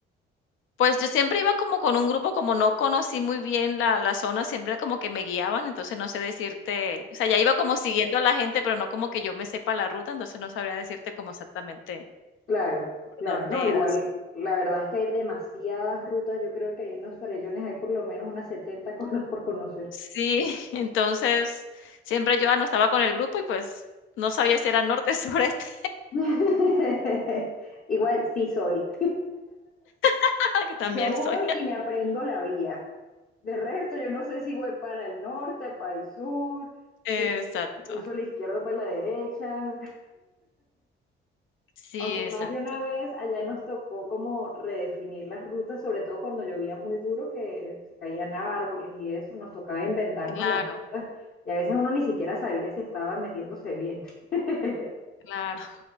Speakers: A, on the left (about 80°); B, on the left (about 45°).
A: pues, yo siempre iba como con un grupo, como no conocí muy bien la la zona, siempre como que me guiaban, entonces no sé decirte, o sea, ya iba como siguiendo a la gente, pero no como que yo me sepa la ruta, entonces no sabría decirte como exactamente
B: Claro,
A: por
B: claro,
A: dónde
B: no, igual,
A: era, sí.
B: la verdad es que hay demasiadas rutas, yo creo que ahí en los farellones hay por lo menos unas setenta <laughs> cosas por conocer.
A: Sí, <laughs> entonces siempre yo, ah, no estaba con el grupo y, pues, no sabía si era norte, <laughs> sureste,
B: <laughs> Igual sí soy.
A: <laughs> que también
B: Yo
A: soy.
B: voy y me aprendo la vía. De resto, yo no sé si voy para el norte, para el sur,
A: Exacto.
B: si si cruzo la izquierda o para la derecha.
A: Sí,
B: Aunque
A: exacto.
B: más de una vez allá nos tocó como redefinir las rutas, sobre todo cuando llovía muy duro, que se caían árboles y eso, nos tocaba inventarnos
A: Claro,
B: las rutas y a veces uno ni siquiera sabía si estaba metiéndose bien. <laughs>
A: claro.